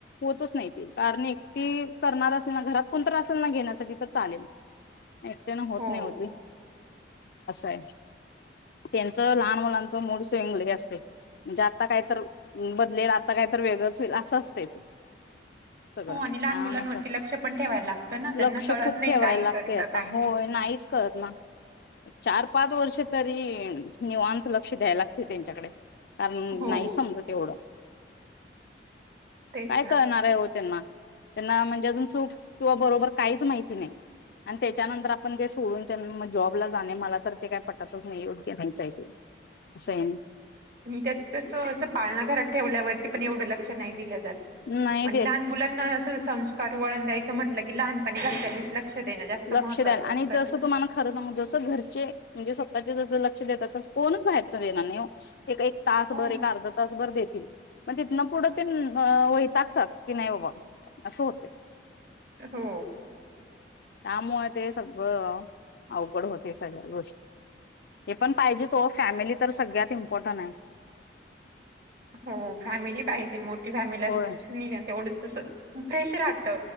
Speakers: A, on the left; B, on the right.
A: होतच नाही. कारण एकटी करणार असेल ना घरात कोणतर असेल ना घेण्यासाठी तर चालेल. एकट्यान होत
B: हो
A: नाही ओ ते असंय त्यांचं लहान मुलांच मूड स्विंग लई असतय म्हणजे आता काहीतर बदलेल आता काहीतर वेगळंच होईल असं असतंय ते सगळं
B: हो
A: त्यानुसार
B: आणि लहान मुलांवरती लक्ष पण ठेवायला लागतं ना त्यांना
A: लक्ष
B: कळत
A: खूप
B: नाही
A: ठेवायला
B: काय
A: लागतय
B: करतं
A: आता
B: काय
A: होय
B: नाही
A: नाहीच करत ना चार पाच वर्ष तरी निवांत लक्ष द्यायला लागतय त्यांच्याकडे कारण
B: हो
A: नाही समजत ऐवढं
B: तेच
A: काय
B: ना
A: कळणाराय ओ त्यांना त्यांना म्हणजे अजुन चूक किंवा बरोबर काहीच माहिती नाही आणि त्याच्यानंतर आपण ते सोडून त्यान् जॉबला जाणे मला तर ते काही पटतच नाही योग्य नाईचाय ते असं आहे
B: आणि त्यात कसं असं पाळणाघरात ठेवल्यावरती पण एवढं -- क्ष नाही दिलं जात.
A: नाही
B: पण
A: देत
B: लहान मुलांना असं संस्कार वळण द्यायचं म्हटलं की लहानपणी घरच्यांनीच लक्ष देणं जास्त महत्त्वाचं
A: लक्ष द्याल आणि
B: असतं
A: जसं
B: ना.
A: तुम्हाला खरं सांगु जस घरचे म्हणजे स्वतःचे जस लक् क्ष देतात कोणच बाहेरच देणार नाही ओ. एक एक तासभर
B: हो.
A: एक अर्धा तासभर देत ती मग तिथन पुढ तिन अ वैतागत्यात की नाही बाबा असं होतय.
B: हो
A: त्यामुळे ते सगळं अवघड होते सगळ्या गोष्टी हे पण पाहिजेच हो फॅमिली तर सगळ्यात इम्पॉर्टंट हाय.
B: हो फॅमिली पाहिजे मोठी फॅमिली असलीना
A: होय
B: तेवढंच असं फ्रेश राहत